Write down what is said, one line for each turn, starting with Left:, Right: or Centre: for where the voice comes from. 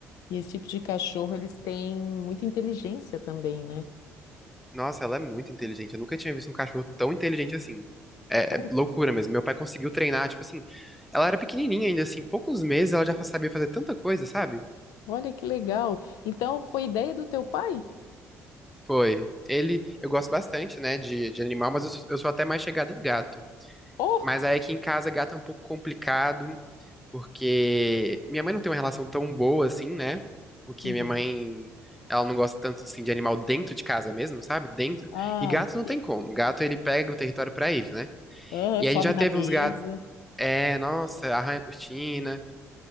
Left: e esse tipo de cachorro, eles têm muita inteligência também, né?
Centre: Nossa, ela é muito inteligente. Eu nunca tinha visto um cachorro tão inteligente assim. É,
Left: Mas
Centre: é loucura mesmo. Meu pai conseguiu treinar, tipo assim. Ela era pequenininha ainda, assim, poucos meses ela já fa- sabia fazer tanta coisa, sabe?
Left: Olha que legal. Então, foi ideia do teu pai?
Centre: Foi. Ele, eu gosto bastante, né, de, de animal, mas eu, sou- eu sou até mais chegado em gato.
Left: Oh!
Centre: Mas aí aqui em casa, gato é um pouco complicado, porque minha mãe não tem uma relação tão boa assim, né? Porque
Left: Uhum.
Centre: minha mãe, ela não gosta tanto, assim, de animal dentro de casa mesmo, sabe? Dentro.
Left: Ah,
Centre: E gato não
Left: típico.
Centre: tem como. Gato, ele pega o território pra ele, né?
Left: Ah,
Centre: E
Left: sobe
Centre: a gente já
Left: na
Centre: teve
Left: mesa.
Centre: uns gatos É, nossa, arranha a cortina.